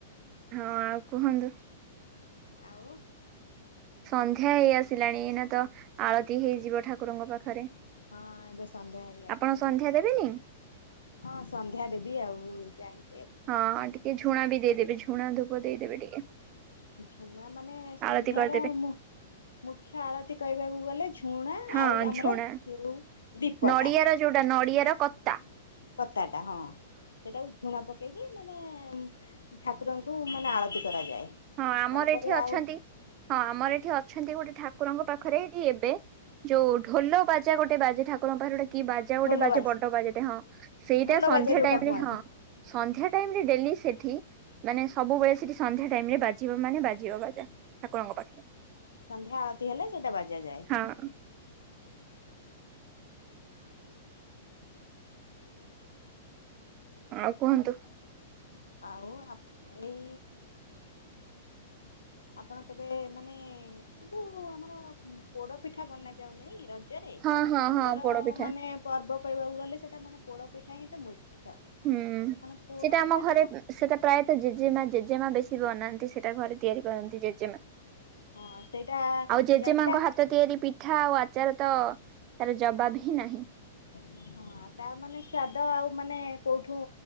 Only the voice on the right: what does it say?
ହଁ ଆଉ କୁହନ୍ତୁ?
ସନ୍ଧ୍ୟା ହେଇ ଆସିଲାଣି ଏଇନାତ ଆଳତି ହେଇଯିବ ଠାକୁରଙ୍କ ପାଖରେ।
ଆପଣ ସନ୍ଧ୍ୟା ଦେବେନି?
ହଁ ଟିକେ ଝୁଣାବି ଦେଇଦେବେ ଝୁଣା ଧୂପ ଦେଇଦେବେ ଟିକେ।
ଆଳତି କରିଦେବେ।
ହଁ
ଝୁଣା
ନଡିଆର ଯୋଉଟା ନଡ଼ିଆର କତା
ହଁ ଆମର
ଏଠି ଅଛନ୍ତି
ହଁ ଆମର ଏଠି ଅଛନ୍ତି ଗୋଟେ ଠାକୁରଙ୍କ ପାଖରେ ଏଠି ଏବେ ଯୋଉ ଢୋଲ ବାଜା ଗୋଟେ ବାଜେ ଠାକୁଙ୍କ ପାଖରେ ଗୋଟେ କି ବାଜା ଗୋଟେ
ବାଜା
ବଡ ବାଜାଟରେ ହଁ ସେଇଟା
ସନ୍ଧ୍ୟା
ଟାଇମ
ରେ ହଁ ସନ୍ଧ୍ୟା ଟାଇମରେ ଡେଲି ସେଠି ମାନେ ସବୁବେଳେ ସିଠି ସନ୍ଧ୍ୟା ଟାଇମରେ ବାଜିବ ମାନେ ବାଜିବ ବାଜା ଠାକୁରଙ୍କ ପାଖରେ
ହଁ। ଆଉ କୁହନ୍ତୁ?
ହଁ ହଁ
ହଁ ପୋଡପିଠା
ହୁଁ
ସେଇଟା
ଆମ ଘରେ
ସେଇଟା ପ୍ରାୟତଃ ଜେଜେମା ଜେଜେମା ବେଶୀ ବନାନ୍ତି ସେଇଟା ଘରେ ତିଆରି କରନ୍ତି ଜେଜେମା।
ଆଉ ଜେଜେମାଙ୍କ
ହାତ ତିଆରି ପିଠା ଆଉ ଆଚାର ତ ତାର ଜବାବ ହିଁ ନାହିଁ।